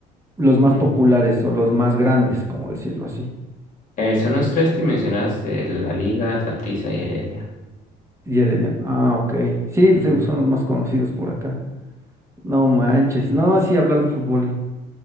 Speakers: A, on the right (about 15°); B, on the left (about 50°).
A: los más
B: ujú.
A: populares o los más grandes, como decirlo así?
B: Eh, son los tres que mencionaste, la Liga, Saprissa y Heredia.
A: Y Herediano. Ah, ok. Sí,
B: Ujú.
A: te- son los más conocidos por acá. No manches. No, sí, hablar de fútbol